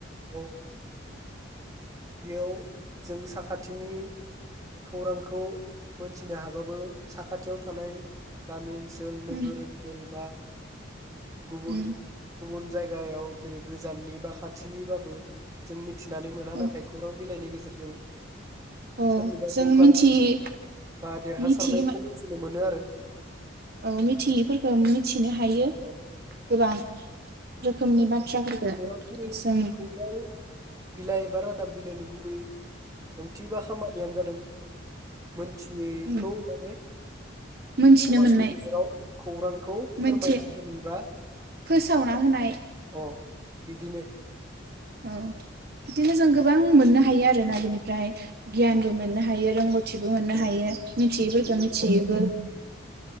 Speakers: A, on the right; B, on the right.
A: औ बेयाव जों साखाथिनि खौरांखौ मोनथिनो हाबाबो साखाथियाव थानाय गामि ओनस सोल नोगोर
B: उम
A: ओनसोल बा गुबुन
B: उम
A: गुबुन जायग जायगायाव जेरै गोजाननि बा खाथिनिबाबो जों मिथ थिनानै मोना
B: औ
A: नाथाय बिलाइनि गेजेरजों
B: औ
A: सोरनिबा
B: जोङो
A: जौगानाय
B: मिथियै
A: बा देरहासारनायखौ
B: मिथियै
A: मोनथिनो मोनो आरो
B: औ मिथियिफोरखौ मिथि फिनो हायो
A: औ
B: गोबां रोखोमनि बाद थ्राफोरखो
A: खौरां बिलाइ
B: जों
A: खौरां बिलाइ एबा रादाब बिलाइनि गुबै ओंथि बा खामानियानो जादों मोन थियैखौ
B: उम
A: माने
B: मोनथिनो
A: समाजनि
B: मोननाय
A: गेजेराव खौरांखौ
B: मोनसे
A: फोरमायना होनि बा
B: फोसावना होनाय
A: अ बिदिनो
B: औ बिदिनो जों गोबां मोननो हायो आरोना बिनिफ्राय गियानबो मोननो हायो रोंगथ थिबो मोननो
A: औ
B: हायो मिथियैफोरखौ
A: बिदि
B: मिथियोबो